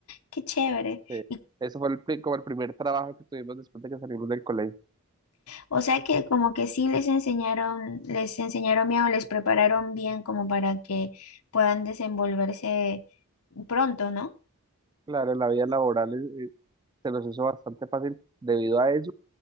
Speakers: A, on the left; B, on the right.
A: qué chévere.
B: Sí.
A: Y,
B: Eso fue el, pri- como el primer trabajo que tuvimos después de que salimos del colegio.
A: o sea que como que sí les enseñaron, les enseñaron bien o les prepararon bien como para que puedan desenvolverse pronto, ¿no?
B: Claro, la vida laboral eh, se nos hizo bastante fácil debido a eso.